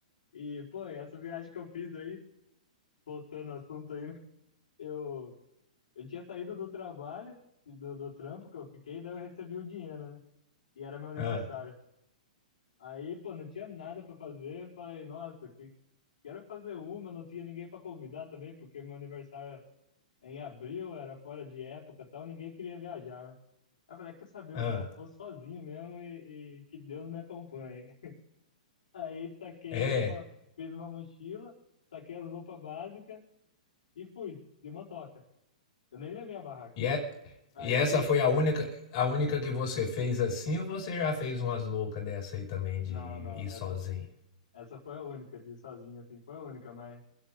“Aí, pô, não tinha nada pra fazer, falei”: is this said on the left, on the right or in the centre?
Left